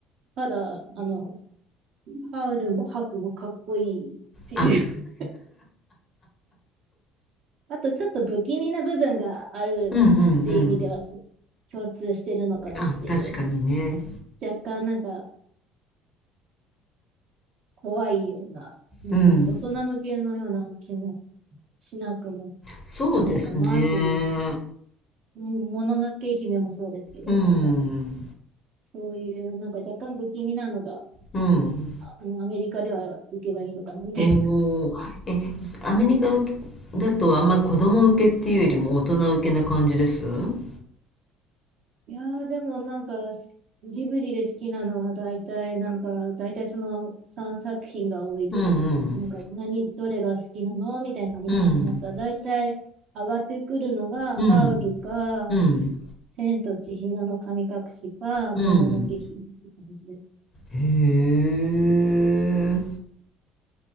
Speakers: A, on the right (about 55°); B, on the left (about 35°).
A: ただ、あの、ハウルもハクもかっこいいっていう
B: あ、
A: <laughs> あとちょっと不気味な部分があるって意味ではす
B: うんうんうん。
A: 共通してるのかなっていう。
B: あ、確かにね。
A: 若干なんか怖いような、なんて大人向けのような気も
B: うん。
A: しなくも
B: そうですね。
A: ないかなっていう。ももののけ姫もそうですけど、
B: うん。
A: なんかそういうなんか若干不気味なのが、
B: うん。
A: あのアメリカでは受けがいいのかなみたいな
B: おー。え、アメリカだとあんま子供受けっていうよりも大人受けな感じですうん
A: いやーでもなんかすジブリで好きなのは大体なんか大体その3作品が多いですね。
B: うん。
A: なんか何、どれが好きなのみたいな話になっだい大体上がってくるのがハウルか、
B: うん。うん。うん。
A: 千と千尋の神隠しか、
B: うん。
A: もののけ姫って感じです。
B: へえ。